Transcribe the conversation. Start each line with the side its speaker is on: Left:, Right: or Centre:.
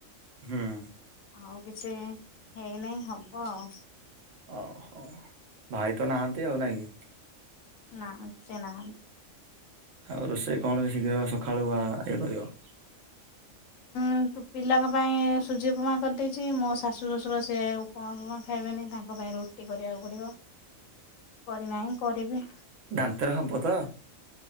Right: ହଁ।
Left: ଆଉ କିଛି ହେଇନାହିଁ ହବ ଆଉ।
Right: ଓହୋ, ଭାଇ ତ ନାହାନ୍ତି ଆଉ ନା କି?
Left: ନା ସିଏ ନାହାନ୍
Right: ଆଉ ରୋଷେଇ କଣ ବି ଶୀଘ୍ର ସକାଳୁ ବା ଇଏ କରିବ।
Left: କିନ୍ତୁ ପିଲାଙ୍କ ପାଇଁ ସୁଜି ଉପମା କରିଦେଇଛି ମୋ ଶାଶୁ ଶ୍ୱଶୁର ସେ ଉପମା ଫୁଫମା ଖାଇବେନି ତାଙ୍କ ପାଇଁ ରୁ ଟି କରିବାକୁ ପଡ଼ିବ କରିନାହିଁ କରିବି।
Right: ଦାନ୍ତରେ ହବ ତ